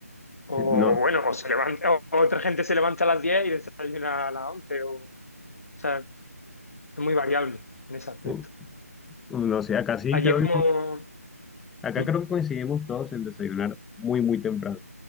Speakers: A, on the left; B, in the centre.
A: O
B: <laughs> No,
A: bueno, o se levanta, o otra gente se levanta a las 10 y desayuna a las 11 o, o sea, es muy variable en ese aspecto.
B: u- no sé, acá sí
A: Allí
B: creo
A: es como,
B: que, acá
A: ¿Mm?
B: creo que coincidimos todos en desayunar muy, muy temprano.